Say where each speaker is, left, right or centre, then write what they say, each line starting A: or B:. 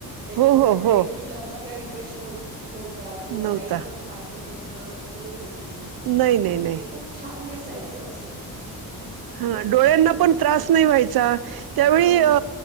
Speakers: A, on the right (about 25°); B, on the right (about 75°).
A: त्याच्यामुळे
B: हो हो
A: लाईट
B: हो,
A: बिलाचा काही प्रश्न नव्हत किंवा
B: नव्हता
A: लाईट पण फारस खर्च च नाही व्हा की
B: नाही नाही
A: तर
B: नाही
A: ते खूप छा छान दिसायचं असं.
B: हा डोळ्यांना
A: आणि
B: पण त्रास नाही व्हायचा. त्यावेळी
A: हा
B: अ